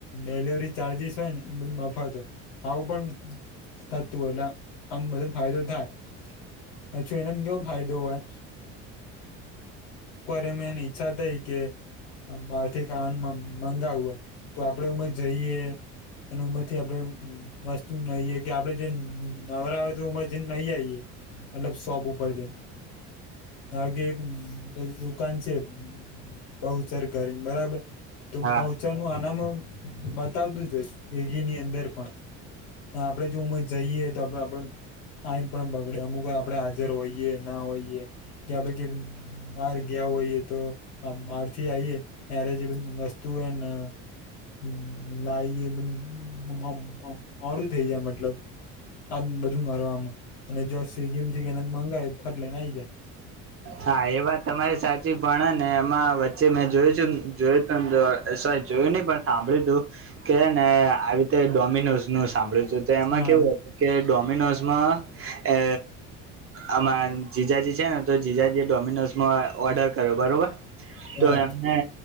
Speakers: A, on the left; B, on the right.
A: જે ડેલવરી ચાર્જીસ હોય ને એ મફત આવું પણ થતું એટલે આમ બધો ફાયદો થાય પછી એને જો ફાયદો હોય <inaudible> ઈચ્છા થઈ કે મારથી ખાવાન મ મગાવું હોય તો આપડે જઈએ એ ઉંમરથી આપડે વસ્તુ નહી કે આપડે જે નવરા હોય તો ઉમર જેને નાહી આવીયે મતલબ સોબ ઉપર દે આગે એક દુકાન છે, બહુ સરકારી બરાબર તો
B: હા
A: માવચાનું આનામ બતાવતું છે, યોગી ની અંદર પણ ને આપડે જો હું જઈએ તો આપડ આપ આમ પણ બગડે અમુક આપડે હાજર હોઈએ ના હોઈએ કે બહાર ગયા હોઈએ તો બહારથી આઈએ ત્યારે જે વસ્તુ હોય ને હમ લાયે મોડું થઇ જાય મતલબ આમ બધું મારવા આમ અને જો સી ગીમ થી કે એને મંગાય ફાટલેને આઈ જાય
B: હા એ વાત તમારી સાચી પણ હે ને એમાં વચ્ચે મેં જોયું છું જો <unintelligible> જોયું ની પણ સાંભળ્યું તું કે ને આવી રીતે ડોમિનોસ નું સાંભળ્યું હતું તો એમાં
A: હા.
B: કેવું હતું કે ડોમિનોસમાં એ આમાં જીજાજી છે, ને તો જીજાજી એ ડોમિનોઝમાં ઓર્ડર કર્યો બરોબર
A: બરાબર
B: તો એમને